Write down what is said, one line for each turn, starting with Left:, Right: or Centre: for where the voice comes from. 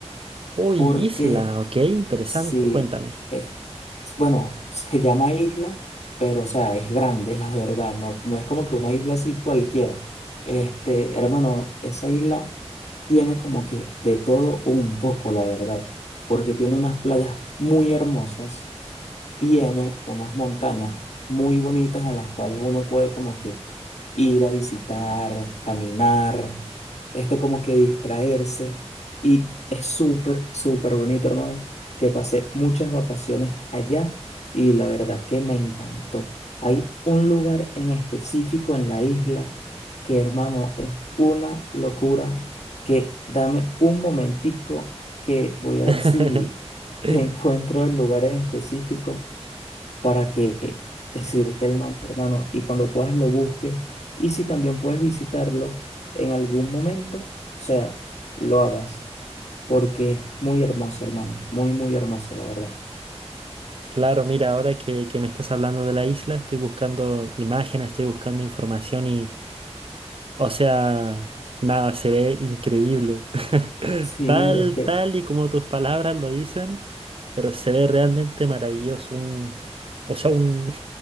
Right: Uy,
Left: porque
Right: isla, ok, interesante,
Left: si,
Right: cuéntame.
Left: eh, bueno, <laughs> se llama isla, pero o sea, es grande, la verdad, no, no es como que una isla así cualquiera. Este, hermano, esa isla tiene como que de todo un poco, la verdad, porque tiene unas playas muy hermosas tiene unas montañas muy bonitas en las cuales uno puede como que ir a visitar, caminar, este como que distraerse. Y es súper, súper bonito, hermano, que pasé muchas vacaciones allá y la verdad que me encantó. Hay un lugar en específico en la isla que, hermano, es una locura que dame un momentico que voy a
Right: <laughs>
Left: ver si te <laughs> encuentro el lugar en específico para que decirte el nombre, hermano, y cuando puedas lo busques. Y si también puedes visitarlo en algún momento, o sea, lo hagas, porque es muy hermoso, hermano, muy, muy hermoso, la verdad.
Right: Claro, mira, ahora que, que me estás hablando de la isla, estoy buscando imágenes, estoy buscando información y, o sea, nada, se ve increíble. <laughs>
Left: Sí,
Right: Tal,
Left: es que,
Right: tal y como tus palabras lo dicen, pero se ve realmente maravilloso, un, o sea, un,